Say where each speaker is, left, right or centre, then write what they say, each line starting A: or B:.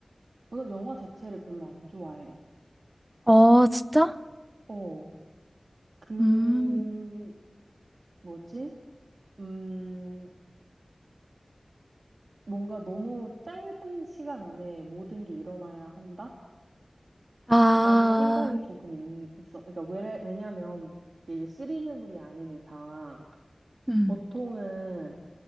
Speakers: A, on the right; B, on the right.
A: 우선 영화 자체를 별로 안 좋아해.
B: 어, 진짜?
A: 어. 그,
B: 음.
A: 뭐지? 음, 뭔가 너무 짧은 시간 안에 모든 게 일어나야 한다?
B: 아,
A: 라는 생각이 조금 있, 있어. 그러니까 왜, 왜냐면 이게 시리즈물이 아닌 이상
B: 음.
A: 보통은